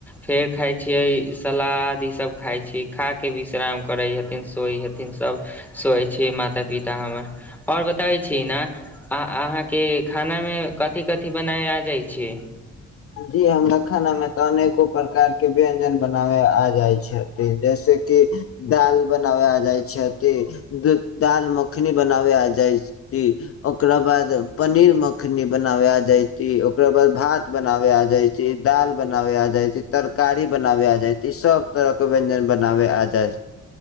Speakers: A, in the centre; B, on the left.
A: फेर खाइ छियै सलाद ई सब खाइ छियै। खा के विश्राम करैय हथिन सब सोइ हथिन सब, सोइ छियै माता-पिता हमर आओर बताबैए छियैय न अ-अहाँके खानामे कथी- कथी बनाबे आ जाइ छै?
B: जी हमरा खानामे त अनेको प्रकार के व्यंजन बनाबे आ जाय छै, जैसे- की दाल बनाबे आ जाइ छै, दाल मखनी बनाबे आ जाइ छै, ओकरा बाद पनीर मखनी बनाबे आ जाइ छै, ओकरा बाद भात बनाबे आ जाइ छै, दाल बनाबे आ जाइ छै तरकारी बनाबे आ जाइ छै सब तरह के व्यंजन बनाबे आ जाइ छै।